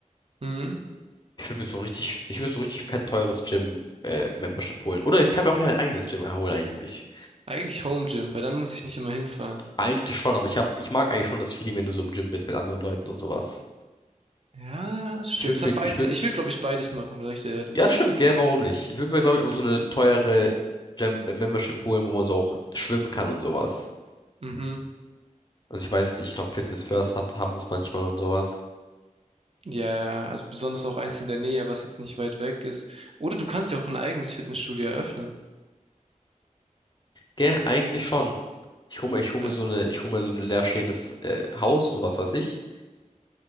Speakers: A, on the right; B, on the left.
A: Hm?
B: Ich würde mir so richtig, ich würde so richtig fett teures Gym, äh, Membership holen. Oder ich kann mir auch ein eigenes Gym holen eigentlich.
A: Eigentlich Home Gym, weil dann muss ich nicht immer hinfahren.
B: Eigentlich schon, aber ich hab, ich mag eigentlich schon das Feeling, wenn du so im Gym bist mit anderen Leuten und sowas.
A: Ja, das stimmt.
B: Ich würde
A: Es hat
B: mir,
A: beides.
B: ich würde,
A: Ich würde, glaube ich, beides machen, sag ich dir ehrlich.
B: ja, stimmt, gell, warum nicht? Ich würde mir, glaube ich,
A: Die,
B: auch so eine teure Gym, äh, Membership holen, wo man so auch schwimmen kann und sowas.
A: mhm.
B: Also ich weiß nicht, ich glaube Fitness First hat, haben das manchmal und sowas.
A: Ja, ja, ja. also besonders auch eins in der Nähe, was jetzt nicht weit weg ist. Oder du kannst ja auch ein eigenes Fitnessstudio eröffnen.
B: Gell, eigentlich schon. Ich hole mir, ich hol
A: Ja,
B: mir so eine, ich hole mir so ein leerstehendes äh, Haus, sowas weiß ich,